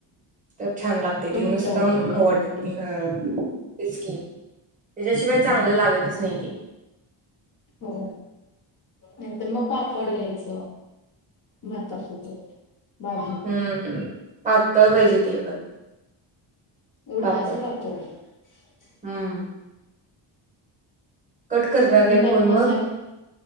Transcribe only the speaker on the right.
तर छान लागते ते
नुसत
खाऊ
वाटत नाही तेच की त्याच्याशिवाय
चांगलं लागतच नाही ते
हम्म पातळ पाहिजे ते पण
पापड
हम्म कट करणार
काय
फोन
मग